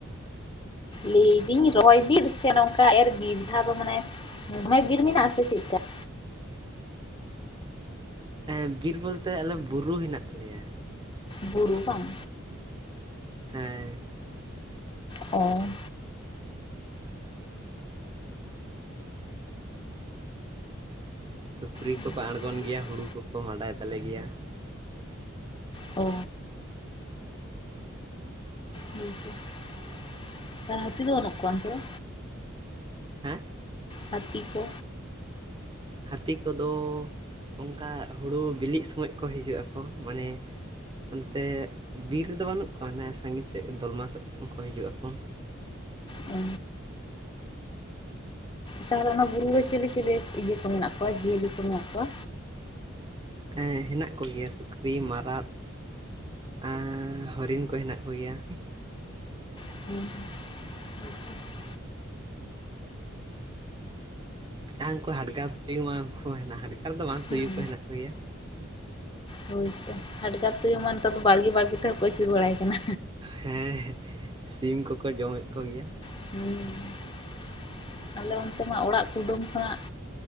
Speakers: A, on the left; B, on the right.
A: ᱞᱟᱹᱭᱫᱤᱹᱧ ᱨᱚᱦᱚᱭ ᱵᱤᱨ ᱥᱮ ᱱᱚᱝᱠᱟ ᱮᱨ ᱵᱤᱨ ᱡᱟᱦᱟ ᱫᱚ ᱢᱟᱱᱮ ᱵᱷᱚᱭ ᱵᱤᱨ ᱢᱮᱱᱟᱜ ᱟᱥᱮ ᱪᱮᱜᱠᱟ?
B: ᱮᱸᱵᱤᱨ ᱵᱚᱞᱛᱮ ᱟᱞᱮ ᱵᱩᱨᱩ ᱦᱮᱱᱟᱜ ᱛᱟᱞᱮᱭᱟ᱾
A: ᱵᱩᱨᱩ ᱵᱟᱝ?
B: ᱦᱮᱸ᱾
A: ᱚ,
B: ᱥᱩᱠᱨᱤ
A: ᱵᱩᱨᱩ
B: ᱠᱚᱠᱚ ᱟᱬᱜᱚᱱ
A: ᱫᱤᱥᱚᱢ
B: ᱜᱮᱭᱟ ᱦᱩᱲᱩ ᱠᱚᱠᱚ ᱢᱟᱰᱟᱭ ᱛᱟᱞᱮ ᱜᱮᱭᱟ᱾
A: ᱚ, <unintelligible> ᱟᱨ ᱦᱟᱹᱛᱤ ᱫᱚ ᱵᱟᱹᱱᱩᱜ ᱠᱚᱣᱟ ᱚᱱᱛᱮ ᱫᱚ᱾
B: ᱦᱮᱸ,
A: ᱦᱟᱛᱤ ᱠᱚ᱾
B: ᱦᱟᱛᱤ ᱠᱚᱫᱚ ᱚᱝᱠᱟ ᱦᱩᱲᱩ ᱵᱤᱞᱤᱜ ᱥᱚᱢᱚᱭ ᱠᱚ ᱦᱤᱡᱩᱜ ᱟᱠᱚ ᱢᱟᱱᱮ, ᱚᱱᱛᱮ ᱵᱤᱨ ᱨᱮᱫᱚ ᱵᱟᱹᱱᱩᱜ ᱠᱚᱣᱟ, ᱚᱱᱮ ᱥᱟᱺᱜᱤᱧ ᱥᱮᱫ ᱫᱚᱞᱢᱟ ᱥᱮᱫ ᱠᱷᱚᱱ ᱠᱚ ᱦᱤᱡᱩᱜ ᱟᱠᱚ᱾
A: ᱚ, ᱛᱟᱦᱚᱞᱮ ᱚᱱᱟ ᱵᱩᱨᱩ ᱨᱮ ᱪᱮᱞᱮ ᱪᱮᱞᱮ ᱤᱭᱟᱹ ᱠᱚ ᱢᱮᱱᱟᱜ ᱠᱚᱣᱟ ᱡᱤᱭᱟᱹᱞᱤ ᱠᱚ ᱢᱮᱱᱟᱜ ᱠᱚᱣᱟ᱾
B: ᱦᱮᱸ ᱦᱮᱸᱱᱟᱜ ᱠᱚᱜᱮᱭᱟ ᱥᱩᱠᱨᱤ ᱢᱟᱨᱟᱜ᱾ ᱟ, ᱦᱚᱨᱤᱱ ᱠᱚ ᱦᱮᱱᱟᱜ ᱠᱚᱜᱮᱭᱟ᱾
A: <unintelligible>
B: ᱟᱨ ᱩᱱᱠᱩ ᱦᱟᱰᱜᱟᱨ ᱛᱩᱭᱩ ᱢᱟ ᱩᱱᱠᱩ ᱦᱮᱸᱱᱟᱜ, ᱦᱟᱰᱜᱟᱨ ᱫᱚ ᱵᱟᱝ
A: ᱦᱩᱸ
B: ᱛᱩᱭᱩ ᱠᱚ ᱦᱮᱸᱱᱟᱜ ᱠᱚ ᱜᱮᱭᱟ᱾
A: ᱦᱳᱭ ᱛᱚ, ᱦᱟᱰᱜᱟᱨ ᱛᱳᱭᱳ ᱢᱟ ᱱᱮᱛᱟᱨ ᱫᱚ ᱵᱟᱲᱜᱮ ᱵᱟᱲᱜᱮ ᱛᱮᱦᱚᱸᱠᱚ ᱟᱪᱩᱨ ᱵᱟᱲᱟᱭ ᱠᱟᱱᱟ᱾
B: ᱦᱮᱸ ᱥᱤᱢ ᱠᱚᱠᱚ ᱡᱚᱢᱮᱫ ᱠᱚᱜᱮᱭᱟ ᱾
A: <inaudible> ᱟᱞᱮ ᱚᱱᱛᱮ ᱢᱟ ᱚᱲᱟᱜ ᱠᱩᱰᱩᱢ ᱠᱷᱚᱱᱟᱜ,